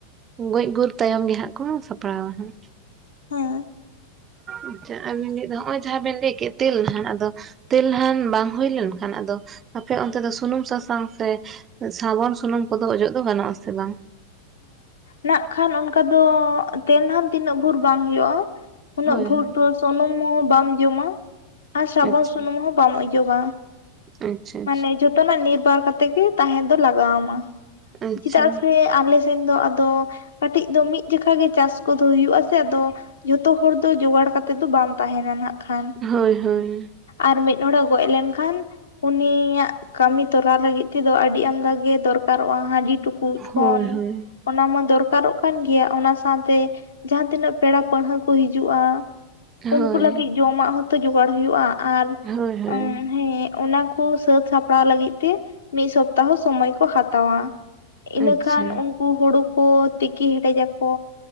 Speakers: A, on the right; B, on the left.
A: ᱜᱚᱡ ᱜᱩᱨ ᱛᱟᱭᱚᱢ ᱜᱮ ᱦᱟᱸᱜ ᱠᱚ ᱥᱟᱯᱲᱟᱣᱟ ᱦᱟᱸᱜ᱾
B: ᱦᱳᱸᱭ᱾
A: ᱟᱪᱪᱷᱟ ᱟᱨ ᱱᱚᱜᱼᱚᱭ ᱡᱟᱦᱟᱸ ᱵᱮᱱ ᱞᱟᱹᱭ ᱠᱮᱫ ᱛᱮᱞ ᱱᱟᱦᱟᱱ ᱟᱫᱚ, ᱛᱮᱞᱱᱟᱦᱟᱱ ᱵᱟᱝ ᱦᱩᱭ ᱞᱮᱱᱠᱷᱟᱱ ᱟᱫᱚ ᱟᱯᱮ ᱚᱱᱛᱮ ᱫᱚ ᱥᱩᱱᱩᱢ ᱥᱟᱥᱟᱝ ᱥᱮ ᱥᱟᱵᱚᱱ ᱥᱩᱱᱩᱢ ᱠᱚᱫᱚ ᱚᱡᱚᱜ ᱫᱚ ᱜᱟᱱᱚᱜ ᱟᱥᱮ ᱵᱟᱝ?
B: ᱱᱟᱜ ᱠᱷᱟᱱ ᱚᱱᱠᱟ ᱫᱚ ᱛᱮᱞᱱᱟᱦᱟᱱ ᱛᱤᱱᱟᱹᱜ ᱵᱷᱩᱨ ᱵᱟᱝ ᱦᱩᱭᱩᱜᱼᱟ ᱩᱱᱟᱹᱜ
A: ᱦᱳᱭ
B: ᱵᱷᱳᱨ
A: ᱦᱳᱭ
B: ᱫᱚ ᱥᱩᱱᱩᱢ ᱵᱟᱢ ᱡᱚᱢᱟ ᱟᱨ ᱥᱟᱵᱚᱱ
A: ᱟᱪᱪᱷᱟ
B: ᱥᱩᱱᱩᱢ ᱦᱚᱸ ᱵᱟᱢ ᱚᱡᱚᱜᱟ᱾
A: ᱟᱪᱪᱷᱟ
B: ᱢᱟᱱᱮ
A: ᱟᱪᱪᱷᱟ
B: ᱡᱚᱛᱚᱱᱟᱜ ᱱᱤᱨᱵᱟᱨ ᱠᱟᱛᱮ ᱜᱮ ᱛᱟᱦᱮᱸ ᱫᱚ ᱞᱟᱜᱟᱣ ᱟᱢᱟ
A: ᱟᱪᱪᱷᱟ
B: ᱪᱮᱫᱟᱜ ᱥᱮ ᱟᱞᱮ ᱥᱮᱱ ᱫᱚ ᱟᱫᱚ ᱠᱟᱹᱴᱤᱡ ᱫᱚ ᱢᱤᱫ ᱡᱚᱠᱷᱟ ᱜᱮ ᱪᱟᱥ ᱠᱚᱫᱚ ᱦᱩᱭᱩᱜ ᱟ ᱥᱮ ᱟᱫᱚ, ᱡᱷᱚᱛᱚ ᱦᱚᱲ ᱫᱚ ᱡᱚᱜᱟᱲ ᱠᱟᱛᱮᱜ ᱫᱚ ᱵᱟᱢ ᱛᱟᱦᱮᱱᱟ ᱱᱟᱜ ᱠᱷᱟᱱ᱾
A: ᱦᱳᱭ ᱦᱳᱭ᱾
B: ᱟᱨ ᱢᱤᱫ ᱦᱚᱲᱮ ᱜᱚᱡ ᱞᱮᱱᱠᱷᱟᱱ᱾ ᱩᱱᱤᱭᱟᱜ ᱠᱟᱹᱢᱤ ᱛᱚᱨᱞᱟ ᱞᱟᱹᱜᱤᱫ ᱛᱮᱫᱚ ᱟᱹᱰᱤ ᱟᱢᱫᱟ ᱜᱮ ᱫᱚᱨᱠᱟᱨᱚᱜᱼᱟ ᱦᱟᱺᱰᱤ ᱴᱩᱠᱩᱡ᱾ ᱠᱷᱚᱱ
A: ᱦᱳᱭ ᱦᱳᱭ
B: ᱚᱱᱟᱢᱟ ᱫᱚᱨᱠᱟᱨᱚᱜ ᱠᱟᱱ ᱜᱮᱭᱟ ᱚᱱᱟ ᱥᱟᱸᱶᱛᱮ ᱡᱟᱦᱟᱸ ᱛᱤᱱᱟᱹᱜ ᱯᱮᱲᱟ ᱯᱟᱹᱲᱦᱟᱹ ᱠᱚ ᱦᱤᱡᱩᱜᱼᱟ᱾ ᱩᱱᱠᱩ
A: ᱦᱳᱭ
B: ᱞᱟᱹᱜᱤᱫ ᱡᱚᱢᱟᱜ ᱦᱚᱸᱛᱚ ᱡᱚᱜᱟᱲ ᱦᱩᱭᱩᱜᱼᱟ᱾ ᱟᱨ
A: ᱦᱳᱭ ᱦᱳᱭ
B: ᱦᱮᱸ ᱚᱱᱟ ᱩᱱᱠᱩ ᱥᱟᱹᱛ ᱥᱟᱯᱲᱟᱣ ᱞᱟᱹᱜᱤᱫ ᱛᱮ ᱢᱤᱫ ᱥᱚᱯᱛᱟᱦᱚ ᱥᱚᱢᱚᱭ ᱠᱚ ᱦᱟᱛᱟᱣᱟ᱾ ᱤᱱᱟᱹᱠᱷᱟᱱ
A: ᱟᱪᱪᱷᱟ
B: ᱩᱱᱠᱩ ᱦᱩᱲᱩ ᱠᱚ ᱛᱤᱠᱤ ᱦᱮᱰᱮᱡᱟᱠᱚ᱾